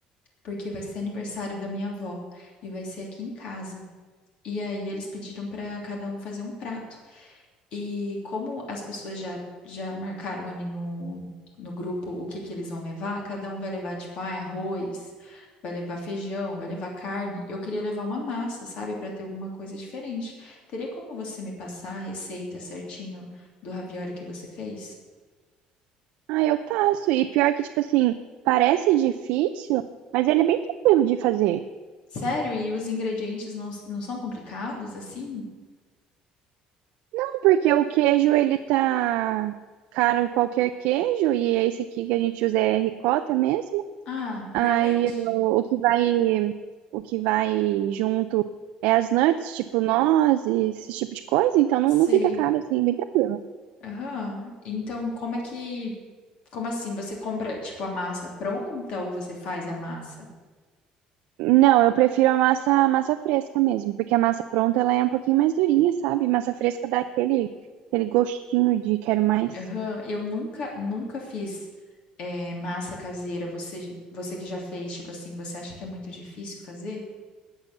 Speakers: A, on the left; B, on the right.
A: porque vai ser aniversário da minha avó e vai ser aqui em casa. E aí eles pediram para cada um fazer um prato. E como as pessoas já, já marcaram ali no, no grupo o que que eles vão levar, cada um vai levar, tipo, ah, é arroz, vai levar feijão, vai levar carne. Eu queria levar uma massa, sabe, para ter alguma coisa diferente. Teria como você me passar a receita certinho do ravioli que você fez?
B: Ah, eu passo. E pior que, tipo assim, parece difícil, mas ele é bem tranquilo de fazer.
A: Sério? E os ingredientes não, não são complicados assim?
B: Não, Porque o queijo, ele tá caro em qualquer queijo, e esse aqui que a gente usa é ricota mesmo.
A: Ah,
B: Aí
A: realmente.
B: o, o que vai o que vai junto é as nuts, tipo nozes, esse tipo de coisa, então não,
A: Sei.
B: não fica caro assim, é bem tranquilo.
A: Aham. Então, como é que Como assim? Você compra, tipo, a massa pronta ou você faz a massa?
B: Não, eu prefiro a massa massa fresca mesmo, porque a massa pronta ela é um pouquinho mais durinha, sabe? Massa fresca dá aquele aquele gostinho de quero mais.
A: Aham, Eu nunca, nunca fiz eh, massa caseira. Você, você que já fez, tipo assim, você acha que é muito difícil fazer?